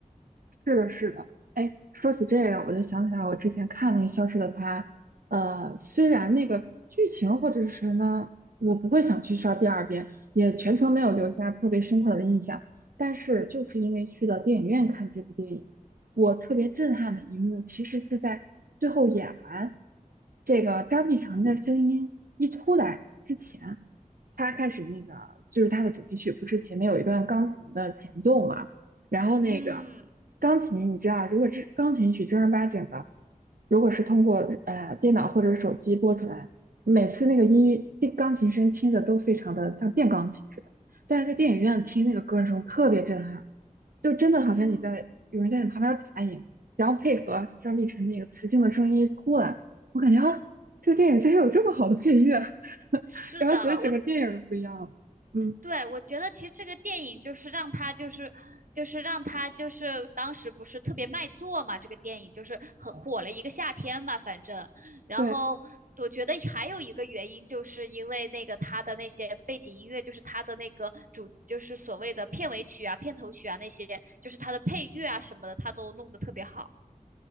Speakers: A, on the right; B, on the right.
A: 是的，是的。哎，说起这个，我就想起来我之前看那个《消失的她》，呃，虽然那个剧情或者是什么，我不会想去刷第二遍，也全程没有留下特别深刻的印象，但是就是因为去了电影院看这部电影，我特别震撼的一幕，其实是在最后演完这个张碧晨的声音一出来之前，他开始那个就是他的主题曲不是前面有一段钢琴的前奏嘛。然后那个
B: 嗯
A: 钢琴，你知道，如果这钢琴曲正儿八经的，如果是通过呃电脑或者手机播出来，每次那个音乐电钢琴声听着都非常的像电钢琴似的。但是在电影院听那个歌的时候特别震撼，就真的好像你在有人在你旁边弹一样，
B: 嗯，
A: 然后配合张碧晨那个磁性的声音出来，我感觉啊，这个电影竟然有这么好的配乐，<laughs>
B: 是的，
A: 然后觉得整个电影都不一样了。
B: 我。
A: 嗯，
B: 对，我觉得其实这个电影就是让他就是就是让他就是当时不是特别卖座嘛，这个电影就是很火了一个夏天吧，反正。然后我觉得还有一个原因，
A: 对。
B: 就是因为那个他的那些背景音乐，就是他的那个主，就是所谓的片尾曲啊、片头曲啊那些，就是他的配乐啊什么的，他都弄得特别好。